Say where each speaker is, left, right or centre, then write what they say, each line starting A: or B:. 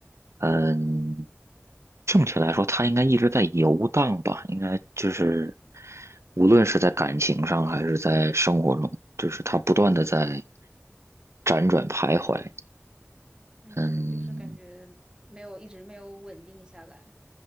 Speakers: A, on the right (about 70°); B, on the right (about 20°).
A: 嗯，正确来说，他应该一直在游荡吧，应该就是无论是在感情上还是在生活中，就是他不断的在辗转徘徊。
B: 嗯，
A: 嗯，
B: 就是感觉没有，一直没有稳定下来。